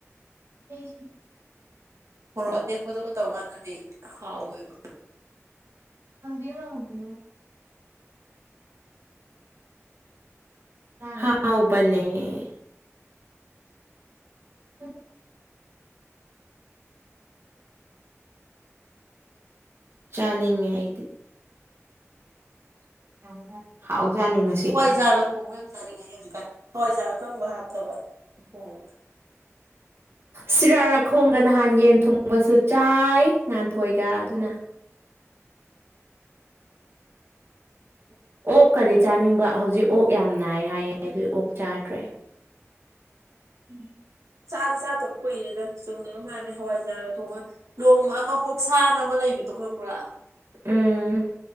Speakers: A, on the right (about 50°); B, on the right (about 85°).
A: ꯎꯝ
B: ꯃꯣꯔꯣꯛ ꯑꯇꯦꯛꯄꯗꯨꯒ ꯇꯧꯀꯥꯟꯗꯗꯤ ꯍꯥꯎꯋꯦꯕ
A: ꯍꯪꯕꯤꯌꯣ ꯍꯪꯕꯤꯌꯣ ꯍꯥꯎꯕꯅꯦ ꯎꯝ ꯆꯥꯅꯤꯡꯉꯦ ꯑꯩꯗꯤ <unintelligible> ꯉꯁꯤ
B: ꯍꯋꯥꯏꯖꯥꯔꯒ ꯊꯣꯡꯕ ꯌꯥꯝ ꯆꯥꯅꯤꯡꯉꯦ ꯍꯧꯖꯤꯛꯀꯥꯜ ꯍꯋꯥꯏꯖꯥꯔ ꯑꯀꯪꯕ ꯍꯥꯞꯄꯒ ꯊꯣꯡꯕ
A: ꯁꯤꯔꯥꯔꯥꯈꯣꯡꯒ ꯅꯍꯥꯟ ꯌꯦꯟ ꯊꯣꯡꯕꯁꯨ ꯆꯥꯏ ꯉꯥꯟꯊꯣꯏꯒ ꯑꯗꯨꯅ
B: ꯎꯝ
A: ꯑꯣ ꯀꯔꯤ ꯆꯥꯅꯤꯡꯕ ꯍꯧꯖꯤꯛ ꯑꯣꯛ ꯌꯥꯝ ꯅꯥꯏ ꯍꯥꯏꯌꯦ ꯑꯗꯨꯏ ꯑꯣꯛ ꯆꯥꯗ꯭ꯔꯦ ꯎꯝ
B: ꯆꯥꯗꯤ ꯆꯥꯗꯕ ꯀꯨꯏꯔꯦꯗ ꯆꯨꯝꯅ ꯑꯗꯨꯝ ꯃꯥꯥꯟꯃꯦ ꯍꯋꯥꯏꯖꯥꯔ ꯊꯣꯡꯉꯒ ꯂꯣꯡ ꯃꯥꯃ ꯐꯠ ꯑꯁꯥꯟꯅ ꯑꯃ ꯂꯩꯕꯗꯣ ꯈꯪꯕ꯭ꯔꯥ
A: ꯎꯝ